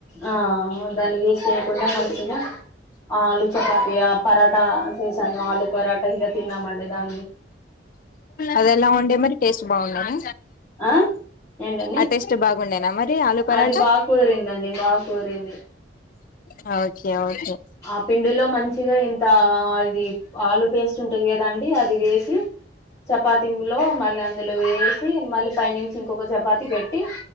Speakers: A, on the left; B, on the left.
A: ఆ దాన్ని వేస్ట్ చేయకుండా మంచిగా ఆలు చపాతి ఆ పరాటా చేసాను ఆలు పరాటా ఇక తిన్నామండి దాన్ని
B: అదే ఇలా ఉండే మరి టేస్ట్ బాగున్నదా
A: ఆ ఏంటండి
B: అ టెస్టు బాగ్ ఉండేన మరి ఆలు పరాటా
A: అది బాగా కుదిరిందండి బా కుదిరింది
B: ఆ ఓకే ఔర్
A: ఆ పిండిలో మంచిగా ఇంత అది ఆలు పేస్ట్ ఉంటది గదండి అది వేసి చపాతిలో ఒ మళ్ళ అందులో వేసి మళ్లి పైనుంచి ఇంకొక చపాతి పెట్టి